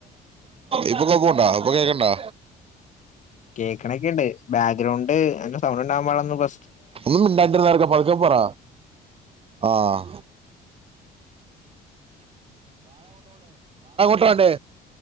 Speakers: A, on the right (about 35°); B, on the left (about 45°).
A: ഇപ്പൊ കോക്ക്ണ്ടോ? ഇപ്പോ കേക്ക്ണ്ടോ?
B: കേൾക്ക്ണൊക്കെണ്ട്. ബാക്ക്ഗ്രൗണ്ട് എന്ത സൗണ്ട്ണ്ടാവാമ്പാടില്ലാന്ന് ഫ
A: ഒന്ന് മിണ്ടാതിരിക്കെടാ ചെറ്ക്കാ പത്ക്കെ പറ ആഹ് ഇപ്പടെ